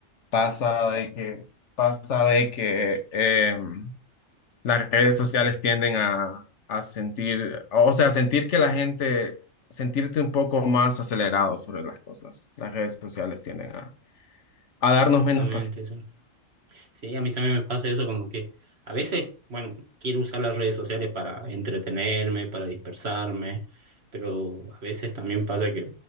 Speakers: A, on the left (about 65°); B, on the right (about 55°).
A: pasa de que pasa de que em, las redes sociales tienden a, a sentir, o sea, sentir que la gente, sentirte un poco más acelerado sobre las cosas. Las redes sociales tienden a a darnos
B: Exactamente,
A: menos paciencia.
B: sí. Sí, a mí también me pasa eso, como que a veces, bueno, quiero usar las redes sociales para entretenerme, para dispersarme, pero a veces también pasa que